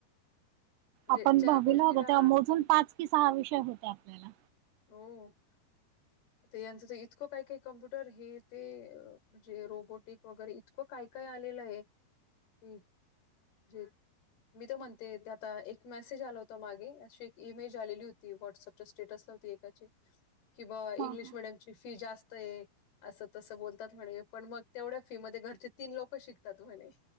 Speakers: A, on the left; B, on the right.
A: म्हणजे
B: आपण
A: ज्या
B: दहावीला
A: गोष्टीला
B: होतो तेव्हा, मोजून पाच की सहा विषय होते आपल्याला.
A: हो. ते यांचं तर इतकं काय काय कम्प्युटर हे ते म्हणजे रोबोटिक वगैरे इतकं काय काय आलेलं आहे की जे मी तर म्हणते ते आता एक मेसेज आला होता मागे अशी एक ईमेज आलेली होती व्हॉट्सअपच्या स्टेटसला एकाची किंवा इंग्लिश
B: हा हा.
A: मिडियम ची फी जास्त हे. असं तसं बोलतात म्हणे पण मग तेवढ्या फी मध्ये घरचे तीन लोक शिकतात म्हणे.